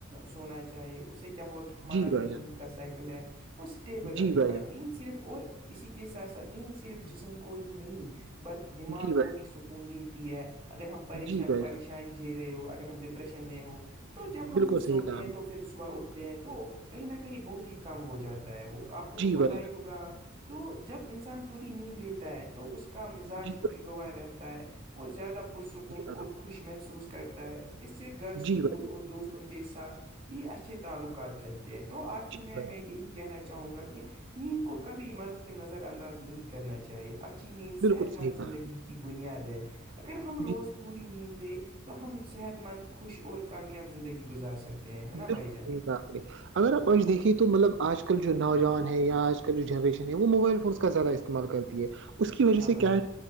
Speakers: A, on the right (about 25°); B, on the right (about 60°).
A: سونا چاہے اس سے کیا ہوا کہ ہمارا
B: جی بھائی
A: جو نیند
B: جان
A: کا سائیکل ہے وہ اسٹیبل
B: جی
A: رہے
B: بھائی
A: گا
B: جان
A: نیند صرف اور اسی کے ساتھ ساتھ نیند صرف جسم کو ہی نہیں بلکہ دماغ
B: جی بھائی جان جی بھائی
A: کو بھی سکون دیتی ہے اگر ہم پش
B: جی بھائی
A: پریشانی
B: جان
A: جی رہے ہو اگر ہم ڈپریشن میں ہو تو جب
B: بالکل
A: ہم س
B: صحیح
A: ہوتے
B: کہا
A: ہیں
B: ہم نے
A: تو پ پھر صبح اٹھتے ہیں تو کہیں نہ کہیں بہت ہی کم ہو جاتا ہے وہ آپ کو تو
B: جی بھائی
A: پتا ہی ہوگا تو جب انسان پوری نیند لیتا ہے تو اس کا مزاج
B: جان جی بھائی
A: خوش گواہ رہتا ہے وہ زیادہ پرسکون
B: جان،
A: اور
B: بالکل صحیح کہا آپ
A: خوش محسوس کرتا ہے اس سے گھر
B: نے۔
A: سکول
B: جی بھائی جان
A: اور دوستوں کے ساتھ بھی اچھے تعلقات رہتے تو آخر
B: جی
A: میں
B: بھائی
A: میں
B: جان،
A: یہی کہنا چاہوں گا کہ نیند کو کبھی مل کے نظر انداز نہیں کرنا چاہے اچی می صحت
B: بالکل صحیح
A: مند
B: کہا
A: زندگی
B: آپ نے۔
A: کی بنیاد ہے اگر ہم
B: جی
A: روز پوری نیند لیں تو ہم صحت مند خوش اور کامیاب زندگی گزار سکتے ہیں ہے نا
B: بالکل
A: بھائی جان
B: اگر آپ آج دیکھییں تو مطلب آج کل جو نوجان ہیں یا آج کل جو جنریشن ہے وہ موبائل فون کا راہ ہے استعمال کرتی ہے اس کی وجہ
A: ہاں بھائی
B: سے کیا
A: جان
B: ہے